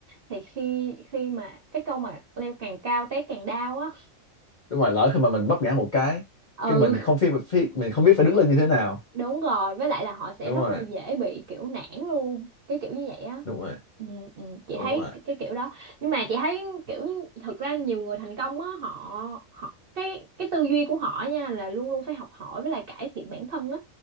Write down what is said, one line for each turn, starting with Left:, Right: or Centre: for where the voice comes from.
Right: thì khi khi mà cái câu mà leo càng cao té càng đau á.
Left: đúng rồi lỡ khi mà mình vấp ngã một cái
Right: Ừ,
Left: cái mình
Right: <laughs>
Left: không biết biết mình không biết phải đứng lên như thế nào
Right: đúng rồi, với lại là họ sẽ
Left: đúng
Right: rất
Left: rồi
Right: là dễ bị kiểu nản luôn, cái kiểu như vậy á.
Left: đúng rồi
Right: Ừ, ừ, chị
Left: đúng
Right: thấy
Left: rồi
Right: cái, cái kiểu đó nhưng mà chị thấy kiểu thực ra nhiều người thành công á họ họ cái cái tư duy của họ nha là luôn luôn phải học hỏi với lại cải thiện bản thân á